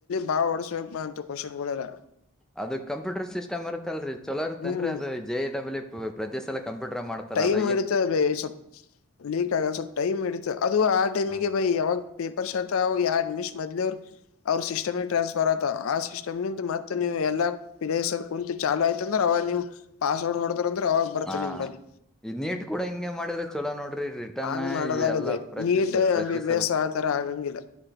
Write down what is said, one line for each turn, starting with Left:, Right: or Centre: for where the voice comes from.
Left: ಬಾ ಓಡಸ್ಬೇಕು ಬ ಅಂತು ಕ್ವಶನ್ ೆಲ್ಲ
Centre: ಅದು ಕಂಪೂಟರ್ ಸಿಸ್ಟ್ರುತ್ತಲ್ರಿ ಚಲೋರುತ್ತ
Left: ಹ್ಮ್
Centre: ಅನ್ರಿ ಅದು ಜ ಎ ಡಬ್ಲ್ಯೂ ಪ್ರತಿ ಸಲ ಕಂಪ್ಯೂಟರ್ ಮಾಡ್ತಾರ ಅದು
Left: ತ ಸ್ವ ಲೀಕ್ ಆಗ ಸ್ವ ಟೈಮ್ ಇಡಿತು ಅದು ಆ ಟೈಮಿಗೆ
Centre: ಹ
Left: ಬೈ ಯಾವಾಗ ಪೇಪರ್ ಶರ್ಟ್ ಅವಾಗ ಯ ಅಡ್ಮಿಷ್ ಮದ್ಲಿ ಅವರು ಅವ್ರ ಸಿಸ್ಟಮ್ ಟ್ರಾನ್ಸ್ಫರ್ ಆತ ಆ ಸಿಸ್ಟಮ್ ನಿಂತ ಮತ್ತೆ ನೀವು ಎಲ್ಲ ಪಿ ಸರ್ ಕುಂತ ಚಾಲು ಆಯ್ತ ಅಂದ್ರ ಅವಾಗ ನೀವು ಪಾಸ್ವರ್ಡ್ ಹೊಡತಾರ ಅವಾಗ ಬರುತ್ತೆ
Centre: ಹಾ
Left: ನಿಮ ಬಿ
Centre: ಈ ನೀಟ್ ಕೂಡ ಹಿಂಗೆ ಮಾಡಿದ್ರೆ ಚಲೋ ನೋಡ್ರಿ ರಿಟರ್ನ್
Left: ಹಂಗ ಹಂಗ್ ನೀಟ್
Centre: ಎಲ್ಲಾ ಪ್ರತಿ ಪ್ರತಿ
Left: ಅಂಬಸ್
Centre: ಸಲ
Left: ಆ ತರ ಆಗಂಗಿಲ್ಲ